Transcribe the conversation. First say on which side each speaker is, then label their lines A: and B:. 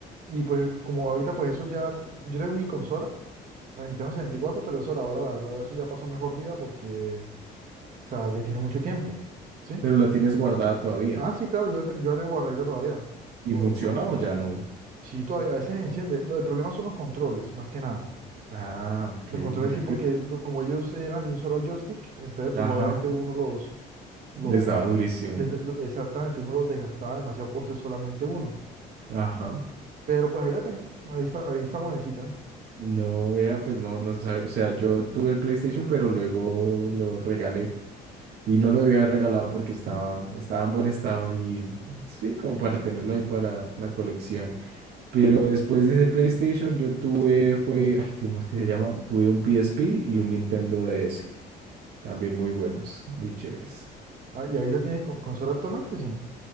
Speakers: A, on the right (about 50°); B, on the right (about 70°).
A: Y pues, como ahorita, pues eso ya. Yo tengo mi consola, la Nintendo sesenta y cuatro, pero eso, a la hora, la verdad, eso ya pasó mejor vida porque, o sea, ya tiene mucho tiempo,
B: <laughs>
A: ¿sí?
B: pero la tienes guardada todavía.
A: Ah, sí, claro, yo, te- yo la tengo guardadita todavía.
B: ¿Y
A: Por,
B: funciona
A: por...
B: o ya no?
A: Sí, todavía, a veces enciende. Lo del problema son los controles, más que nada.
B: Ah, ok.
A: Los controles
B: ve,
A: sí, porque
B: pero-
A: lo- como ellos eran de un solo joystick, entonces pues
B: Ajá.
A: obviamente uno los, los,
B: Les daba durísimo.
A: les da- lo- exactamente, uno los desgastaba demasiado por ser solamente uno.
B: Ajá.
A: Pero pues ahí la tengo, ahí está, ahí está buenecita.
B: No, vean, pues no, no sabía. O sea, yo tuve el PlayStation, pero luego lo regalé. Y no lo debía haber regalado porque estaba, estaba en buen estado y sí, como para tenerlo ahí para la colección. Pero después de ese PlayStation yo tuve, fue, ay, ¿cómo es que se llama? Tuve un PSP y un Nintendo DS. También muy buenos, muy chéveres.
A: Ah, ¿y ahí la tienes con, consola actualmente? Sí.